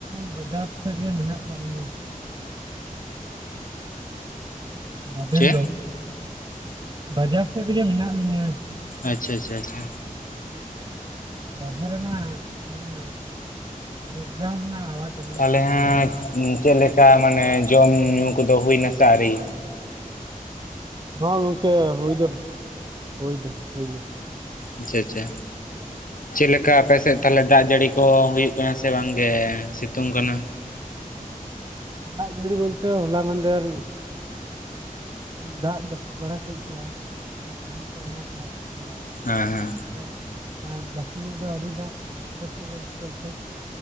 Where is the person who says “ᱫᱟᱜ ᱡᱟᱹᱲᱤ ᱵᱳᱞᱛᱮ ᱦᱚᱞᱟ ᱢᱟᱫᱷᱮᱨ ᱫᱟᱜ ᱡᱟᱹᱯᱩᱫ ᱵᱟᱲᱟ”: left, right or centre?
Right